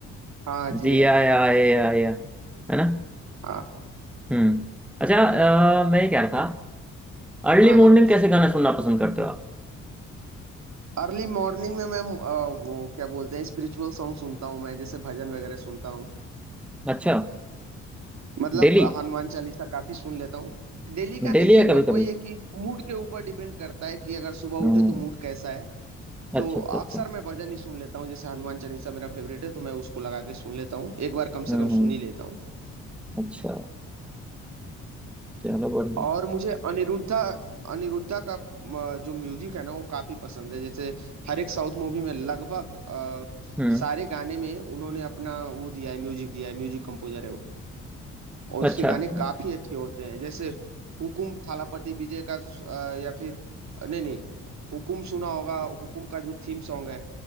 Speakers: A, on the right (about 60°); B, in the centre.
A: हाँ जी
B: जिया
A: है
B: आए आया है ना
A: हाँ
B: हम्म अच्छा अ, मैं ये कह रहा था अर्ली
A: हाँ
B: मॉर्निंग
A: हाँ
B: कैसे गाना सुनना पसंद करते हो आप
A: अर्ली मॉर्निंग में मैं अ, वो क्या बोलते हैं स्पिरिचुअल सॉन्ग सुनता हूँ मैं जैसे भजन वगैरह सुनता हूँ
B: अच्छा
A: मतलब
B: डेली
A: हनुमान चालीसा काफी सुन लेता हूँ डेली का
B: डेली
A: नहीं है
B: या
A: बट
B: कभी
A: वही
B: कभी
A: है कि मूड के ऊपर डिपेंड करता है कि अगर सुबह
B: हम्म
A: उठे तो मूड कैसा है तो
B: अच्छा अच्छा अच्छा
A: अक्सर मैं भजन ही सुन लेता हूँ जैसे हनुमान चालीसा मेरा फेवरेट है तो मैं उसको लगा के सुन लेता हूँ एक बार कम
B: हम्म
A: से कम सुन ही लेता हूँ
B: अच्छा चलो बढ़िया
A: और मुझे अनिरुद्धा अनिरुद्धा का अ, जो म्यूजिक है ना वो काफी पसंद है जैसे हर एक साउथ मूवी में लगभग अ,
B: हम्म
A: सारे गाने में उन्होंने अपना वो दिया है म्यूजिक दिया है म्यूजिक कंपोजर है वो और
B: अच्छा
A: उसके गाने काफी
B: हम्म
A: अच्छे होते हैं जैसे हुकुम थालापति विजय का अ, या फिर नहीं नहीं हुकुम सुना होगा हुकुम का जो थीम सॉन्ग है